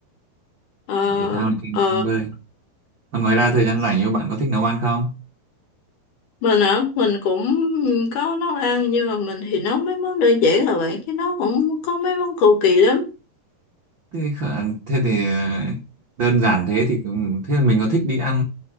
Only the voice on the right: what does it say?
Là thể thao thì
bơi còn ngoài ra thời gian rảnh như bạn có thích nấu ăn không
thế, khờ- thế thì ờ, đơn giản thế thì cũng- thế là mình có thích đi ăn